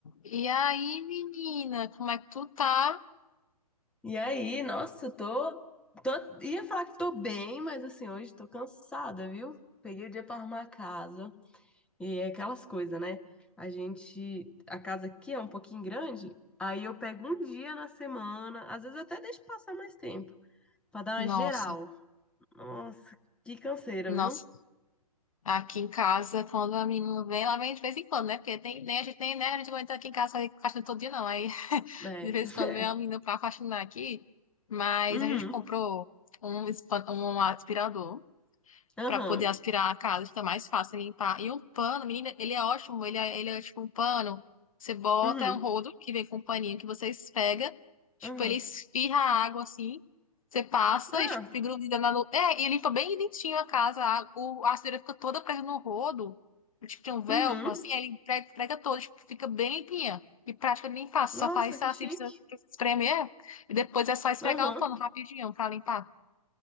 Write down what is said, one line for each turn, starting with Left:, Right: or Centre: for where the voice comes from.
Left: E aí, menina, como é que tu tá?
Centre: E aí, nossa, eu tô, tô. Ia falar que tô bem, mas assim, hoje tô cansada, viu? Peguei o dia pra arrumar a casa. E é aquelas coisas, né? A gente. A casa aqui é um pouquinho grande. Aí eu pego um dia na semana, às vezes eu até deixo passar mais tempo, pra dar
Left: Nossa,
Centre: uma geral. Nossa, que canseira,
Left: nossa.
Centre: viu?
Left: Aqui em casa, quando a menina vem, ela vem de vez em quando, né? Porque tem, nem a gente nem né? A gente aguenta aqui em casa fazer faxina todo dia, não. Aí, <laughs>
Centre: É.
Left: de vez
Centre: <laughs>
Left: em quando vem
Centre: É.
Left: a menina pra faxinar aqui, mas
Centre: Uhum.
Left: a gente comprou um, espan- um aspirador.
Centre: Aham.
Left: para poder aspirar a casa, fica mais fácil limpar. E um pano, menina, ele é ótimo, ele é, ele é tipo um pano, você bota,
Centre: Uhum.
Left: é um rodo que vem com um paninho que você esfrega, tipo,
Centre: Aham.
Left: ele esfirra a água assim, você passa
Centre: Ah.
Left: e tipo, fica grudada na lou- É, e limpa bem dentinho a casa, a, o, a sujeira fica toda presa no rodo, tipo, tem um velcro
Centre: Uhum.
Left: assim, aí ele pre- prega toda, tipo, fica bem limpinha. E prática de limpar, só
Centre: Nossa,
Left: faz
Centre: que
Left: assim,
Centre: chique.
Left: precisa precisa espremer, e depois é só esfregar
Centre: Aham.
Left: o pano rapidinho pra limpar.